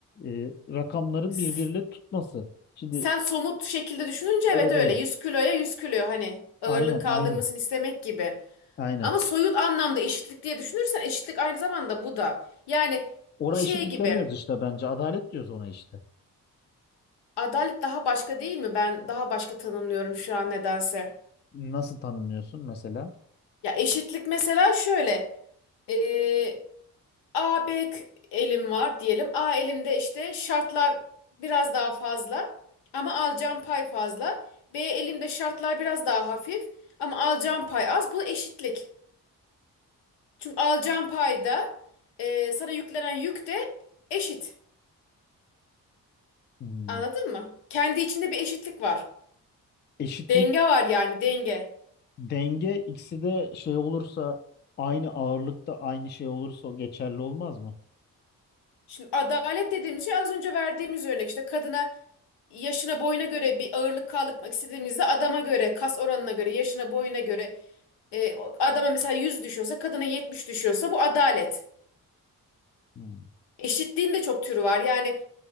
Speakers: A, on the left (about 25°); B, on the left (about 70°).
A: e, rakamların
B: S-
A: birbiriyle tutması. Şimdi
B: Sen somut şekilde düşününce
A: evet
B: evet öyle
A: evet.
B: 100 kiloya 100 kilo hani ağırlık
A: Aynen
B: kaldırmasını
A: aynen.
B: istemek gibi.
A: Aynen.
B: Ama soyut anlamda eşitlik diye düşünürsen eşitlik aynı zamanda bu da. Yani
A: Ona
B: şey
A: eşitlik
B: gibi
A: demiyoruz işte bence. Adalet diyoruz ona işte.
B: adalet daha başka değil mi? Ben daha başka tanımlıyorum şu an nedense.
A: Nasıl tanımlıyorsun mesela?
B: Ya eşitlik mesela şöyle. Ee, A, B kü- elim var diyelim. A elimde işte şartlar biraz daha fazla ama alacağım pay fazla. B elimde şartlar biraz daha hafif ama alacağım pay az. Bu eşitlik. Çünkü alacağım payda e, sana yüklenen yük de eşit.
A: Hmm,
B: Anladın mı? Kendi içinde bir eşitlik var.
A: Eşitlik
B: Denge var yani denge.
A: Denge ikisi de şey olursa aynı ağırlıkta aynı şey olursa o geçerli olmaz mı?
B: Şimdi adalet dediğimiz şey az önce verdiğimiz örnek işte kadına yaşına boyuna göre bir ağırlık kaldırmak istediğimizde adama göre kas oranına göre yaşına boyuna göre e, adama mesela 100 düşüyorsa kadına 70 düşüyorsa bu adalet.
A: Hmm.
B: Eşitliğin de çok türü var. Yani